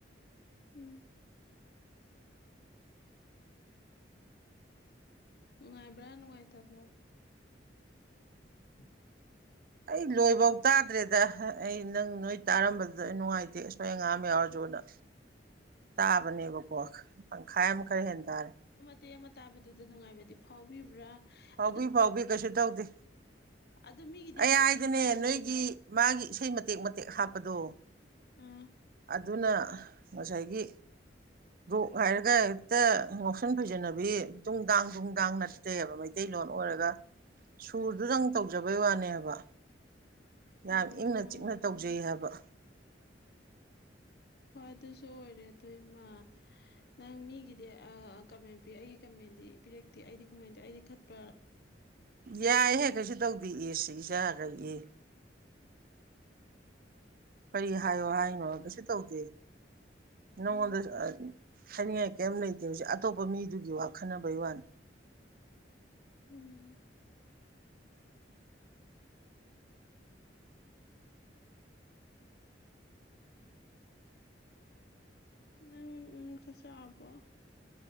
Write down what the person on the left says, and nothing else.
ꯎꯝ ꯅꯨꯡꯉꯥꯏꯕ꯭ꯔꯥ ꯅꯨꯡꯉꯥꯏꯇꯕ꯭ꯔꯥꯕ ꯎꯝ
ꯇꯦꯛ ꯑꯃ ꯇꯥꯕꯗꯨꯗ ꯅꯨꯡꯉꯥꯏꯕꯗꯤ ꯐꯥꯎꯕꯤꯕ꯭ꯔꯥ
ꯑꯗꯣ
ꯑꯗꯨ ꯃꯤꯒꯤꯗꯤ
ꯍꯥꯏꯔꯦ
ꯑꯩꯒꯤꯗꯤ ꯍꯥꯏꯗꯦꯅ
ꯎꯝ
ꯎꯝ
ꯍꯣꯏ ꯑꯗꯨꯁꯨ ꯑꯣꯏꯔꯦ ꯑꯗꯨꯏꯃ ꯅꯪ ꯃꯤꯒꯤꯗꯤ ꯀꯃꯦꯟ ꯄꯤ ꯑꯩꯒꯤ ꯀꯃꯦꯟꯗꯤ ꯄꯤꯔꯛꯇꯦ ꯑꯩꯗꯤ ꯀꯃꯥꯏꯇ ꯑꯩꯗꯤ ꯈꯠꯄ꯭ꯔꯥ
ꯎꯝ
ꯎꯝ ꯅꯪ ꯎꯝ ꯆꯠ ꯆꯕꯣ